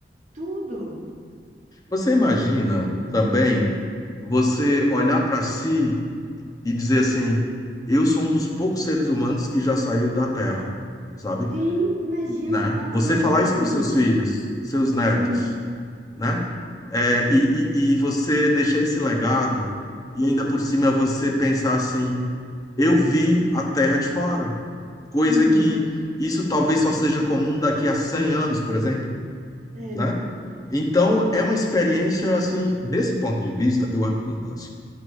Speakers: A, on the right; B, on the left.
A: tudo.
B: Você imagina também você olhar para si e dizer assim: eu sou um dos poucos seres humanos que já saiu da Terra, sabe?
A: Sim, imagina,
B: Né?
A: conta
B: Você
A: nos
B: falar
A: dedos.
B: isso para os seus filhos, seus netos,
A: Sim,
B: né? É,
A: é.
B: e, e, e você deixar esse legado, e ainda por cima você pensar assim. Eu vi a terra de fora, coisa
A: Uhum,
B: que isso talvez só seja comum daqui a 100 anos, por exemplo,
A: é.
B: né? Então, é uma experiência, assim, desse ponto de vista, eu acho fantástico,